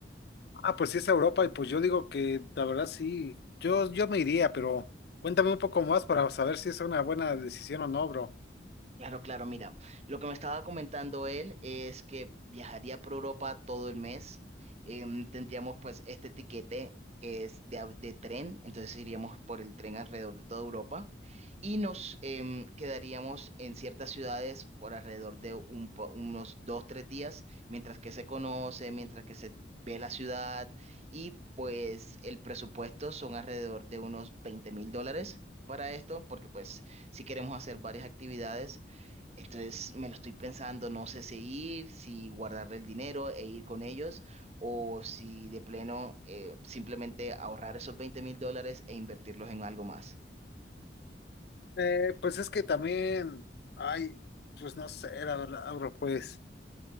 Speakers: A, on the left (about 60°); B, on the right (about 35°).
A: Ah, pues sí es Europa y pues yo digo que la verdad sí, yo, yo me iría, pero cuéntame un poco más para saber si es una buena decisión o no, bro.
B: Claro, claro, mira, lo que me estaba comentando él es que viajaría por Europa todo el mes. Em, tendríamos pues este tiquete que es de, au- de tren, entonces iríamos por el tren alrededor de toda Europa y nos em, quedaríamos en ciertas ciudades por alrededor de un po- unos dos, tres días, mientras que se conoce, mientras que se ve la ciudad y pues el presupuesto son alrededor de unos veinte mil dólares para esto, porque pues si queremos hacer varias actividades. Entonces me lo estoy pensando, no sé si ir, si guardarle el dinero e ir con ellos, o si de pleno eh, simplemente ahorrar esos veinte mil dólares e invertirlos en algo más.
A: Eh, pues es que también, ay, pues no sé, la verdad, bro, pues,